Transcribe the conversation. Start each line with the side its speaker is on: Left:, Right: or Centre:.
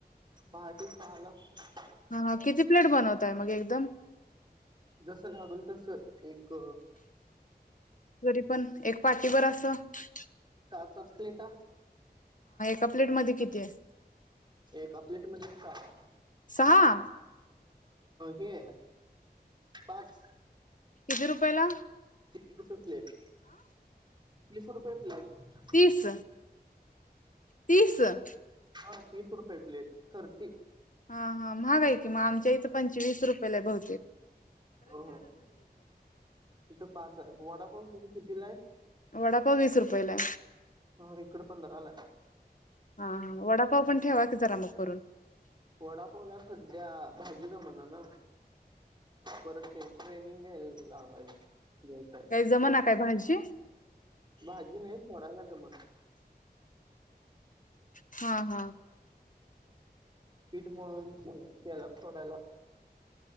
Right: पहाटे <unintelligible>
Left: हा किती प्लेट बनवतांय मग एकदम?
Right: जस लागल तसं एक
Left: तरी पण एक पाटी भर अस? <unintelligible>
Right: सहा सात प्लेटा!
Left: एक प्लेट मध्ये किती आसतात?
Right: एका प्लेट मध्ये सहा!
Left: सहा
Right: हे पाच!
Left: किती रुपयला?
Right: तीस रुपये प्लेट तीस रुपये प्लेट
Left: तीस तीस हा
Right: हा तीस रुपये प्लेट थर्टी
Left: हा हा महाग हाय की मग आमच्या इथं पंचवीस रुपयेला बहुते
Right: हो हो इथं पाच हाय वडापाव तिथ कितीला आहे.
Left: वडापाव वीस रुपयला
Right: हा इकडे पंधराला आहे
Left: हाय. तो पण ठेवा की जरा मग करून
Right: वडापावला सध्या भाजी जमना ना परतते. ट्रेनिंग घ्यायला लावायच देवसाय
Left: काही जमना काय भाजी?
Right: भाजी नाही सोडायला जमना.
Left: हा हा.
Right: पीठ मळून तेलात सोडायला